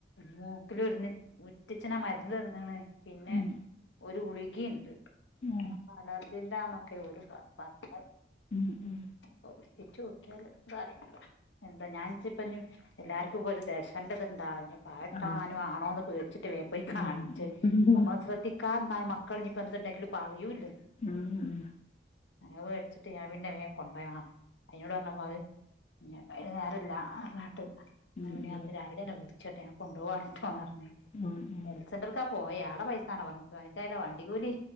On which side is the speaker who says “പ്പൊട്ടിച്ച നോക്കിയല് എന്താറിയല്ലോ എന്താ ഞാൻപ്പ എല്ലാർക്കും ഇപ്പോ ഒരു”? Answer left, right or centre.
Left